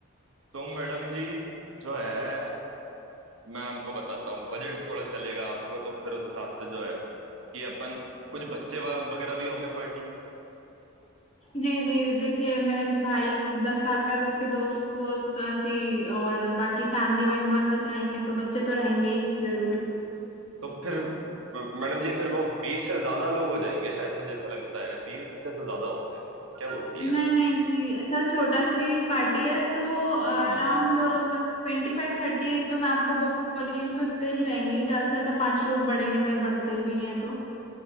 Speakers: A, on the right; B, on the left.
A: तो मैडम जी जो है मैं आपको बताता हूँ बजट थोड़ा चलेगा आपको तो फिर उस हिसाब से जो है कि अपन कुछ बच्चे वा- वगैरह भी होंगे पार्टी में
B: जी जी देखिए मेरे भाई दस साल का तो उसके दोस्त वोस्त ऐसे ही और बाकी फैमिली मेंबर्स रहेंगे तो बच्चे तो रहेंगे ही जरूर
A: तो फिर मैडम जी फिर वो बीस से ज्यादा लोग हो जाएंगे शायद मुझे ऐसा लगता है बीस से तो ज्यादा होंगे क्या बोलती
B: नहीं
A: हैं आप
B: नहीं जी ऐसा छोटा सी पार्टी है तो अराउंड
A: हम्म
B: मतलब ट्वेंटी फाइव थर्टी तो मैं आपको बोल बोल रही हूँ तो इतने ही रहेंगे ज्यादा से ज्यादा पांच लोग बढ़ेंगे अगर बढ़ते भी हैं तो